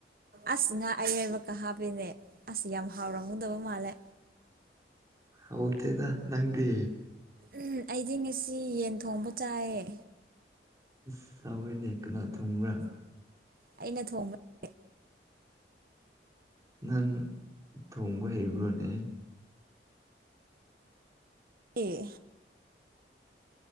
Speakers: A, on the right; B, on the right.
A: ꯑꯁ ꯉꯥ ꯑꯌꯥꯏꯕꯀ ꯍꯥꯞꯄꯦꯅꯦ ꯑꯁ ꯌꯥꯝ ꯍꯥꯎꯔꯝꯒꯗꯕ ꯃꯥꯜꯂꯦ
B: ꯍꯥꯎꯇꯦꯗ ꯅꯪꯗꯤ
A: ꯎꯝ ꯑꯩꯗꯤ ꯉꯁꯤ ꯌꯦꯟ ꯊꯣꯡꯕ ꯆꯥꯏꯌꯦ
B: ꯑꯁ ꯍꯥꯎꯋꯦꯅꯦ ꯀꯅꯥ ꯊꯣꯡꯕ꯭ꯔꯥ
A: ꯑꯩꯅ ꯊꯣꯡꯕ ꯅꯦ
B: ꯅꯪ ꯊꯣꯡꯕ ꯍꯩꯕ꯭ꯔꯣꯅꯦ
A: ꯑꯦ